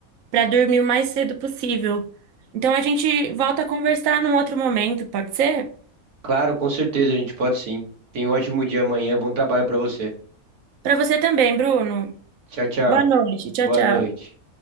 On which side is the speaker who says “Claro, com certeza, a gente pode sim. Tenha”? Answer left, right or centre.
Right